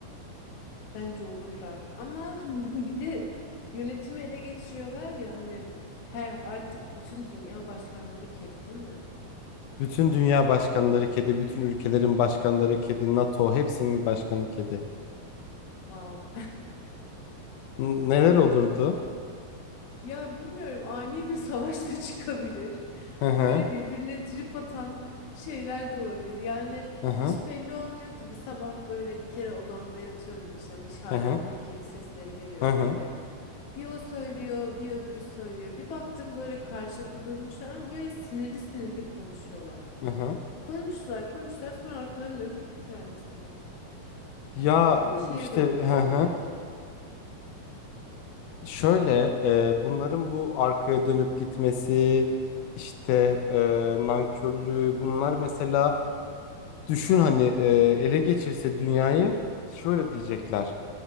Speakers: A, on the left; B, on the left.
A: Bence olurlar ama <laughs> bir de yönetimi ele geçiriyorlar ya hani her artık bütün dünya başkanları kedi değil mi?
B: Bütün dünya başkanları kedi, bütün ülkelerin başkanları kedi, NATO hepsinin başkanı kedi.
A: Wow.
B: N- Neler olurdu?
A: Ya bilmiyorum ani bir savaşta <laughs> çıkabilir.
B: Hı hı,
A: Böyle birbirine trip atan şeyler de olabilir. Yani
B: hı hı,
A: hiç belli olmuyor ki. Bir sabah böyle bir kere odamda yatıyordum işte dışarıdan
B: hı hı,
A: bir kedi sesleri geliyor
B: hı hı.
A: böyle. Bir o söylüyor, bir öbürü söylüyor. Bir baktım böyle karşılıklı durmuşlar ama böyle sinirli sinirli konuşuyorlar.
B: hı hı.
A: Konuştular, konuştular sonra arkalarını dönüp gittiler mesela.
B: Ya
A: Hani
B: işte
A: bir şey de olmayabilir.
B: hı hı. Şöyle e, bunların bu arkaya dönüp gitmesi, işte e, nankörlüğü bunlar mesela Düşün hani e, ele geçirse dünyayı şöyle diyecekler.